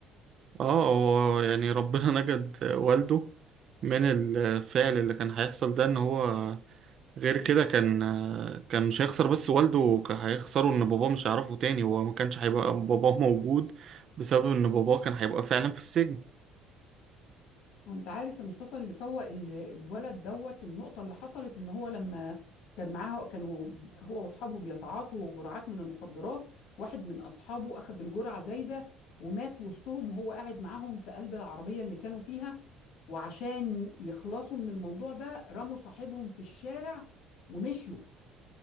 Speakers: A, on the right; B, on the left.
A: اه هو يعني ربنا <laughs> نجد والده من الفعل اللي كان هيحصل ده ان هو غير كده كان كان مش هيخسر بس والده كان هيخسره ان باباه مش هيعرفه تاني هو ما كانش هيبقى <laughs> باباه موجود بسبب ان باباه كان هيبقى فعلا في السجن
B: وانت عارف يا مصطفى اللي فوق ال- الولد دوت النقطة اللي حصلت ان هو لما كان معاه كانوا هو واصحابه بيتعاطوا جرعات من المخدرات واحد من اصحابه اخذ الجرعة زايدة ومات وسطهم وهو قاعد معاهم في قلب العربية اللي كانوا فيها وعشان يخلصوا من الموضوع ده رموا صاحبهم في الشارع ومشوا